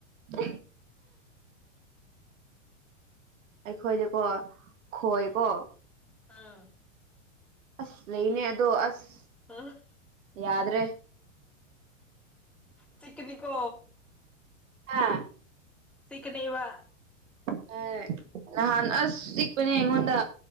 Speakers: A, on the right; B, in the centre.
A: ꯑꯦ ꯑꯩꯈꯣꯏꯗꯤꯀꯣ ꯈꯣꯏꯀꯣ
B: ꯑꯝ
A: ꯑꯁ ꯂꯩꯅꯦ ꯑꯗꯣ ꯑꯁ
B: ꯑꯝ
A: ꯌꯥꯗ꯭ꯔꯦ
B: ꯆꯤꯛꯒꯅꯤꯀꯣ
A: ꯍꯥꯥ
B: ꯆꯤꯛꯒꯅꯤꯕ
A: ꯍꯣꯢ ꯅꯍꯥꯟ ꯑꯁ ꯆꯤꯛꯄꯅꯦ ꯑꯩꯉꯣꯟꯗ